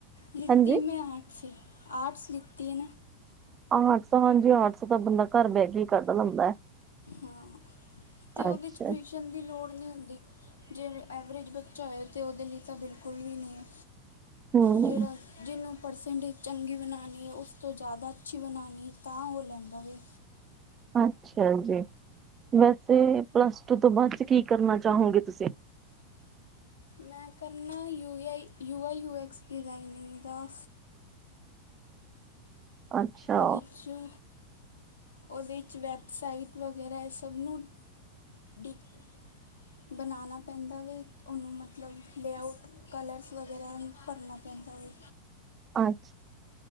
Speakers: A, on the left (about 70°); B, on the right (about 25°).
A: ਲਿਤੀ
B: ਹਾਂਜੀ
A: ਮੈਂ ਆਰਟਸ ਏ। ਆਰਟਸ ਲਿੱਤੀ ਏ ਨਾ।
B: ਆਰਟਸ ਤਾਂ, ਹਾਂਜੀ, ਆਰਟਸ ਤਾਂ ਬੰਦਾ ਘਰ ਬਹਿ ਕੇ ਹੀ ਕਰਦਾ ਹੁੰਦਾ।
A: ਹਾਂ ਤੇ ਉਹਦੇ
B: ਅੱਛਾ
A: 'ਚ ਟਿਊਸ਼ਨ ਦੀ ਲੋੜ ਨਹੀਂ ਹੁੰਦੀ। ਜੇ ਐਵਰੇਜ ਬੱਚਾ ਹੋਏ ਤਾਂ ਉਹਦੇ ਲਈ ਤਾਂ ਬਿਲਕੁਲ ਵੀ ਨਹੀਂ ਹੈ।
B: ਹਮ
A: ਜਿਹੜਾ, ਜਿਹਨੂੰ। ਪਰਸੈਂਟੇਜ ਚੰਗੀ ਬਣਾਉਣੀ ਹੈ, ਉਸ ਤੋਂ ਜ਼ਿਆਦਾ ਅੱਛੀ ਬਣਾਉਣੀ ਏ, ਤਾਂ ਉਹ ਲੈਂਦਾ ਵੇ।
B: ਅੱਛਾ ਜੀ, ਵੈਸੇ ਪਲੱਸ ਟੂ ਤੋਂ ਬਾਅਦ 'ਚ ਕੀ ਕਰਨਾ ਚਾਹੋਗੇ ਤੁਸੀਂ।
A: ਮੈਂ ਕਰਨੈ U I, U I, U X designing ਦਾ।
B: ਅੱਛਾ
A: ਉਹਦੇ 'ਚ ਉਹਦੇ 'ਚ ਵੈਬਸਾਈਟ ਵਗੈਰਾ ਹੈ ਸਭ ਨੂੰ, ਡ <unintelligible> ਬਨਾਨਾ ਪੈਂਦਾ ਵੇ, ਓਨੂੰ ਮਤਲਬ ਲੇਅਊਟ ਕਲਰਸ ਵਗੈਰਾ ਭਰਨਾ ਪੈਂਦਾ ਓ।
B: ਅੱ